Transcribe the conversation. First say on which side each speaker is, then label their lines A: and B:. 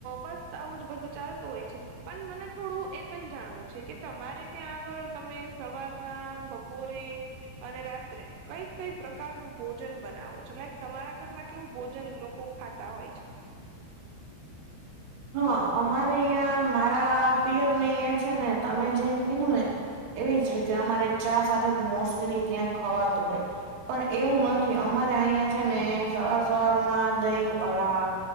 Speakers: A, on the right; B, on the right.
A: બસ આવું જ બધું ચાલતું હોય છે. પન મને થોડું એ પણ જાણવું છે, કે તમારે ત્યાં આગળ તમે સવારના બપોરે અને રાત્રે કઈ કઈ પ્રકારનું ભોજન બનાવો છે, લાઈક તમારા ઘરમાં કેવું? ભોજન લોકો ખાતા હોય છે.
B: હ અમારે અહં મારા પિયર ને અયા છે, ને તમે જેમ કીધું ને એવી જ રીતે અમારે ચા સાથે જ મોસ્ટલી ત્યાં ખવાતું હોય પણ એવું નથી અમારે અયા છે, ને સવાર સવાર માં દહી અલા